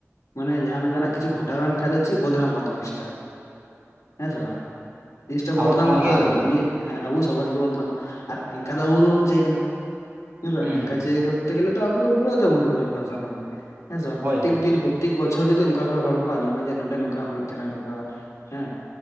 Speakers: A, on the left; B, on the right.
A: ᱢᱟᱱᱮ ᱡᱟᱸᱦᱟᱸ ᱞᱮᱠᱟᱱᱟᱜ ᱠᱤᱪᱷᱩ ᱜᱷᱚᱴᱟᱣᱮᱱ ᱠᱷᱟᱡ ᱫᱚ ᱪᱮᱫ ᱵᱚᱫᱱᱟᱢᱚᱜᱼᱟ ᱡᱤᱱᱤᱥᱴᱟ, ᱦᱮᱸ ᱥᱮ ᱵᱟᱝ ᱡᱤᱥᱴᱟ
B: ᱟᱵᱚᱣᱟᱜ
A: ᱵᱚᱫᱱᱟᱢᱚᱜ
B: ᱥᱚᱢᱟᱡᱽ ᱜᱮ
A: ᱟᱨ
B: ᱵᱚᱫᱱᱟᱢ
A: ᱮᱢᱱᱤ ᱦᱮᱸ ᱟᱵᱩ ᱥᱚᱢᱟᱡ ᱜᱮ ᱵᱚᱫᱱᱟᱢᱚᱜᱼᱟ ᱟᱨ ᱮᱝᱠᱟ ᱫᱚ ᱟᱵᱩ ᱫᱚ ᱵᱟᱵᱚᱱ ᱪᱟᱹᱭ ᱠᱟᱱᱟ᱾ ᱦᱮᱸᱥᱮ
B: ᱦᱩᱸ
A: ᱮᱝᱠᱟ
B: ᱦᱩᱸ
A: ᱪᱟᱹᱭ ᱠᱚᱨᱛᱮ
B: ᱦᱩᱸ
A: ᱜᱮᱞᱮ ᱛᱚ ᱟᱵᱩ ᱫᱚ ᱯᱩᱨᱟᱹ ᱛᱚᱵᱚᱱ ᱰᱩᱵᱩᱡᱚᱜ ᱠᱟᱱ ᱥᱟᱵ ᱢᱮ ᱢᱟ ᱦᱮᱸᱥᱮ ᱵᱟᱝ
B: ᱦᱳᱭ
A: ᱯᱨᱚᱛᱮᱠ
B: ᱦᱳᱭ
A: ᱫᱤᱱ
B: ᱦᱳᱭ
A: ᱛᱤᱠ ᱵᱚᱪᱷᱚᱨ ᱡᱩᱫᱤ ᱚᱝᱠᱟ ᱠᱚ ᱦᱚᱲ ᱠᱚ ᱟᱸᱡᱚᱢᱟ ᱡᱮ ᱱᱚᱸᱰᱮ ᱱᱚᱝᱠᱟ ᱦᱩᱭᱩᱜ ᱛᱟᱸᱦᱮᱸᱱᱟ ᱱᱚᱝᱠᱟ ᱦᱮᱸ